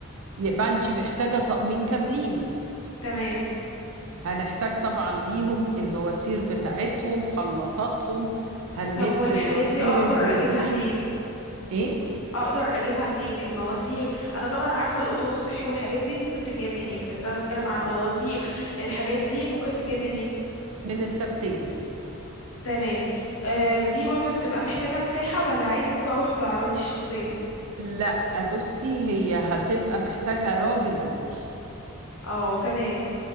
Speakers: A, on the right; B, on the left.
A: يبقى انتي محتاجة طقمين كاملين
B: تمام
A: هنحتاج طبعا ليهم المواسير بتاعتهم خلاطاتهم هنمد
B: طب والحاجات
A: المواسير
B: دي اقدر
A: البروبلين
B: اجيبها منين
A: ايه
B: اقدر اجيبها منين المواسير انا طبعا عارفه القطقم الصحي والحاجات دي ممكن تتجاب منين بس انا بتكلم على
A: اه
B: المواسير الحاجات دي ممكن تتجاب منين
A: من السبتية
B: تمام آه دي برضه بتبقى محتاجه مساحه ولا عادي ممكن اروح بعربيتي الشخصيه
A: لا بصي هي هتبقى محتاجة راجل معاكي
B: اه تمام